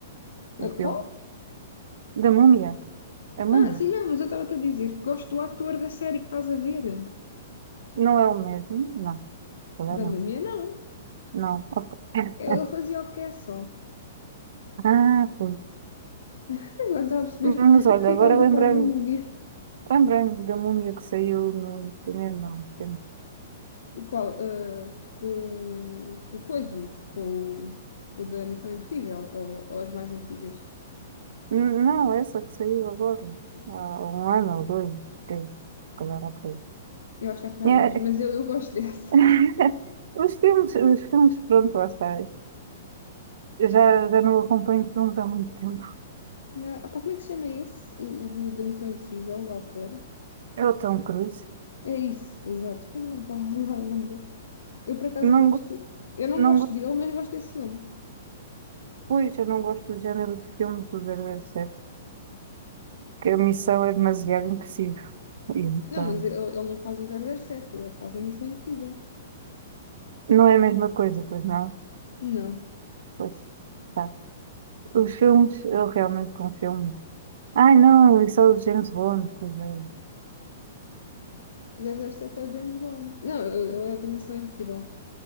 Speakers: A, on the left; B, on the right.
A: Eu,
B: O filme.
A: Qual?
B: Da múmia? A
A: Ah,
B: múmia?
A: sim, não, mas eu estava-te a dizer que gosto do ator da série que estás a ver.
B: Não é o mesmo? Não, se calhar
A: Da
B: não.
A: múmia, não.
B: Não, ok. <laughs>
A: Eu- Ele fazia o quê só.
B: Ah, pois.
A: <laughs> Agora estava a perceber
B: Mas
A: <laughs>
B: olha,
A: o que é que estavas
B: agora lembrei-me,
A: a falar da múmia.
B: lembrei-me da múmia que saiu no cinema. há um tempo.
A: O Qual? ah, com, o- com o coiso, com o, o da Missão Impossível, ou, ou as mais antigas.
B: N- Não, essa que saiu agora. Há um ano ou dois, três, se calhar há três.
A: Eu acho que já foi
B: É.
A: a mais, mas eu, eu gosto dessa.
B: <laughs>
A: <laughs>
B: Os filmes, os filmes, pronto, lá está. Eu Já, já não acompanho filmes há muito tempo.
A: Ah, pá, como é que se chama esse? O, o do- da Missão Impossível, o ator?
B: É o Tom Cruise.
A: É isso, exato. Fogo, não me estava a lembrar do nome dele. Eu, por acaso,
B: Não,
A: gosto.
B: go-
A: Eu não
B: não
A: gosto
B: gosto,
A: dele, mas gosto desse filme.
B: pois, eu não gosto do género de filmes do zero zero sete que a missão é demasiado impossível. E Então,
A: Não, mas ele, ele não faz o zero zero sete, ele faz a Missão Impossível.
B: não é a mesma coisa, pois não?
A: Não.
B: Pois, tá. Os filmes, eu realmente confio confirmo. Ai, não, isso é o James Bond, pois é.
A: zero zero sete é o James Bond. Não, ele é do Missão Impossível.